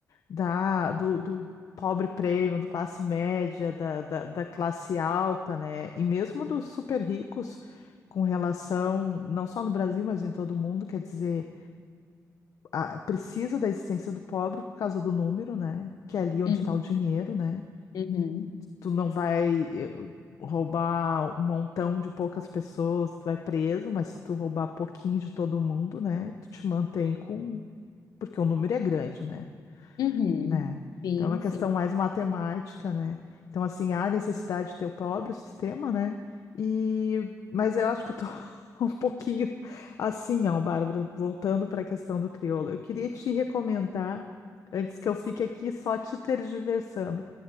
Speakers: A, on the left; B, on the left.
A: da, do, do pobre prêmio, do classe média, da, da, da classe alta, né? E mesmo dos super ricos com relação, não só no Brasil, mas em todo o mundo, quer dizer, a- precisa da existência do pobre por causa do número, né? Que é ali onde
B: Uhum,
A: está o dinheiro, né?
B: uhum,
A: Tu não vai eh, roubar um montão de poucas pessoas, tu vai preso, mas se tu roubar pouquinho de todo mundo, né? Tu te mantém com. Porque o número é grande, né?
B: uhum.
A: né?
B: Sim,
A: Então, é uma questão
B: sim.
A: mais matemática, né? Então, assim, há necessidade de ter o próprio sistema, né? E... Mas eu acho que eu tô <laughs> um pouquinho assim, ó, Bárbara, voltando para a questão do crioulo. Eu queria te recomendar, antes que eu fique aqui só te tergiversando,